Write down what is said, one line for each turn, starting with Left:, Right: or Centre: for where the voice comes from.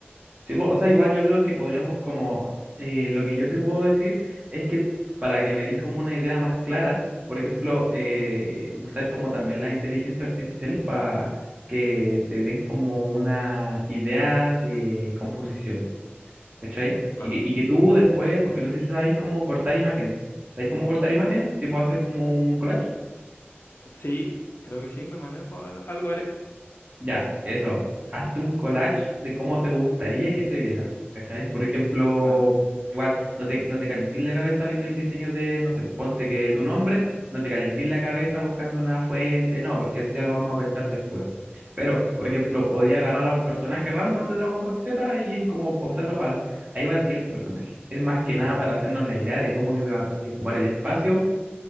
Right: Sí, po, o sea, igual yo creo que podríamos como, eh, lo que yo te puedo decir es que para que me dis como una idea más clara, por ejemplo, eh, usar como también las inteligencias artificiales para que te den como una idea de composición, ¿cachai?
Left: Ah, Claro,
Right: Y que, y que tú después, porque no sé si sabéis cómo cortar imágenes, ¿sabéis cómo cortar imágenes? Tipo hacer como un collage.
Left: Sí, creo que sí, me manejo, al- algo haré.
Right: Ya, eso. Hazte un collage de cómo te gustaría que se viera, ¿cachai? Por ejemplo,
Left: claro.
Right: igual, no te, no te calentís la cabeza viendo el diseño de, no sé, ponte que tu nombre, no te calentís la cabeza buscando una fuente, no, porque eso ya lo vamos a pensar después. Pero,
Left: Ya.
Right: por ejemplo, podía agarrar a un personaje random de Dragon Ball Z y es como pausarlo para, ahí va a ir tu personaje. Es más
Left: Sí,
Right: que
Left: po.
Right: nada para hacernos la idea de cómo iba a ocupar el espacio